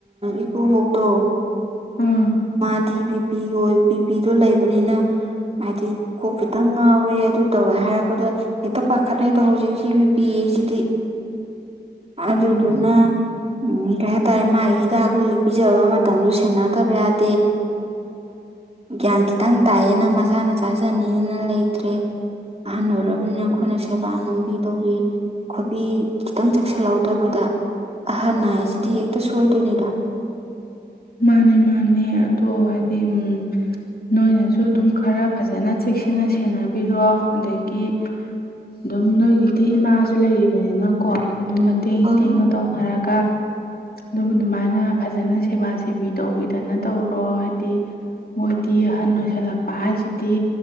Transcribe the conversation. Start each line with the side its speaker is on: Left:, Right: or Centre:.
Right: ꯏꯀꯣ ꯕꯨꯛꯇꯣ
Left: ꯎꯝ
Right: ꯃꯥꯗꯤ ꯕꯤꯄꯤ ꯑꯣꯏ ꯕꯤꯄꯤꯗꯣ ꯂꯩꯕꯅꯤꯅ ꯍꯥꯏꯗꯤ ꯀꯣꯛ ꯈꯤꯇꯪ ꯉꯥꯎꯋꯦ ꯑꯗꯨ ꯇꯧꯦ ꯍꯥꯏꯔꯛꯄꯗ ꯍꯦꯛꯇ ꯄꯥꯈꯠꯅꯗꯣ ꯍꯧꯖꯤꯛꯀꯤꯕꯤ ꯄꯤꯁꯤꯗꯤ ꯑꯗꯨ
Left: ꯎꯝ
Right: ꯑꯗꯨꯅ ꯎꯝ ꯀꯩ ꯍꯥꯏꯇꯥꯔꯦ ꯃꯥꯒꯤ ꯍꯤꯗꯥꯛ ꯀꯨꯜꯂꯤ ꯄꯤꯖꯕ ꯃꯇꯝꯁꯨ ꯁꯦꯟꯅꯗꯕ ꯌꯥꯗꯦ ꯒ꯭ꯌꯥꯟ ꯈꯤꯇꯪ ꯇꯥꯏꯌꯦꯅ ꯃꯁꯥꯅ ꯆꯥꯖꯅꯤꯡ ꯂꯩꯇ꯭ꯔꯦ ꯑꯍꯜ ꯑꯣꯏꯔꯕꯅꯤꯅ ꯑꯩꯈꯣꯏꯅ ꯁꯦꯕꯥ ꯅꯨꯡꯕꯤ ꯇꯧꯕꯤ ꯈꯣꯕꯤ ꯈꯤꯇꯪ ꯆꯦꯛꯁꯤꯜꯍꯧꯗꯕꯗ ꯑꯍꯟ ꯍꯥꯏꯁꯤꯗꯤ ꯍꯦꯛꯇ ꯁꯣꯏꯗꯣꯏꯅꯤꯗꯣ <inaudible>
Left: ꯃꯥꯅꯦ ꯃꯥꯅꯦ ꯑꯗꯣ ꯍꯥꯏꯗꯤ ꯎꯝ ꯅꯣꯏꯅꯁꯨ ꯑꯗꯨꯝ ꯈꯔ ꯐꯖꯅ ꯆꯦꯛꯁꯤꯟꯅ ꯁꯦꯟꯅꯕꯤꯔꯣ ꯑꯗꯒꯤ ꯑꯗꯨꯝ ꯅꯣꯏꯒꯤꯗꯤ ꯏꯃꯥꯁꯨ ꯂꯩꯔꯤꯕꯅꯤꯅꯀꯣ ꯑꯗꯨꯝ ꯃꯇꯦꯡ
Right: ꯍꯣꯏ
Left: ꯏꯇꯦꯡꯒ ꯇꯧꯅꯔꯒ ꯑꯗꯨꯝ ꯑꯗꯨꯃꯥꯏꯅ ꯐꯖꯅ ꯁꯦꯕꯥꯁꯤꯦ ꯇꯤꯕꯤ ꯇꯧꯕꯤꯗꯅ ꯇꯧꯔꯣ ꯍꯥꯏꯗꯤ ꯃꯣꯏꯗꯤ ꯑꯍꯟ ꯑꯣꯏꯁꯜꯂꯛꯄ ꯍꯥꯏꯁꯤꯗꯤ